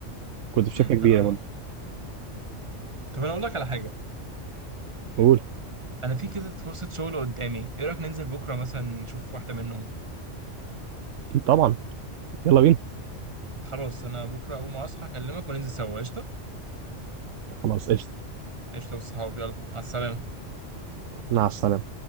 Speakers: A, on the right; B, on the right.
A: كنت
B: <laughs>
A: في شركه كبيره
B: اه
A: برضه
B: طب انا اقول لك على حاجه
A: قول
B: انا في كده فرصه شغل قدامي ايه رايك ننزل بكره مثلا نشوف واحده منهم
A: طبعا يلا بينا
B: خلاص انا بكره اول ما اصحى اكلمك وننزل سوا قشطه
A: خلاص قشطه
B: قشطه والصحاب يلا على السلامه
A: مع السلامة